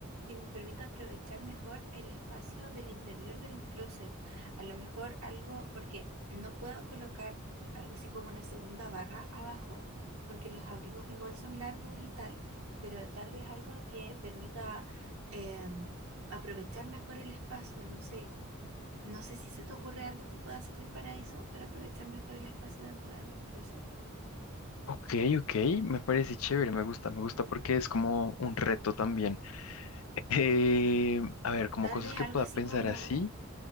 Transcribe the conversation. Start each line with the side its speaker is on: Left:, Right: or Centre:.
Right: que me permita aprovechar mejor el espacio del interior del closet. A lo mejor algo, porque no puedo colocar algo así como una segunda barra abajo, porque los abrigos igual son largos y tal, pero tal vez algo que permita em, aprovechar mejor el espacio, no sé. No sé si se te ocurre algo que pueda servir para eso, para aprovechar mejor el espacio dentro de los closets.
Left: Ok, ok, me parece chévere, me gusta, me gusta porque es como un reto también. Eh, a ver, como
Right: Tal
Left: cosas
Right: vez
Left: que
Right: algo
Left: pueda
Right: así
Left: pensar
Right: como
Left: así.